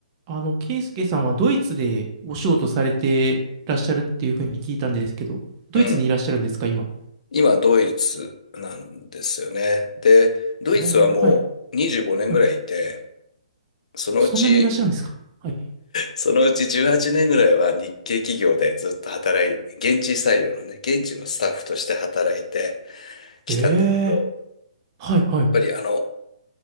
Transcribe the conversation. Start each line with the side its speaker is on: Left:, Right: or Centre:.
Right: あの、ケイスケさんはドイツでお仕事されてらっしゃるっていうふうに聞いたんですけど、ドイツにいらっしゃるんですか、
Left: うん。
Right: 今。
Left: 今、ドイツなんですよね。で、ドイツはもう25年ぐらいいて、
Right: えー、はい、はい。
Left: そのうち、
Right: そんなにいらっしゃるんですか。はい。
Left: そのうち18年ぐらいは日系企業でずっと働い、現地採用のね、現地のスタッフとして働いてきたんだけど、
Right: ええ
Left: やっ
Right: ー、はい、はい、
Left: ぱりあの、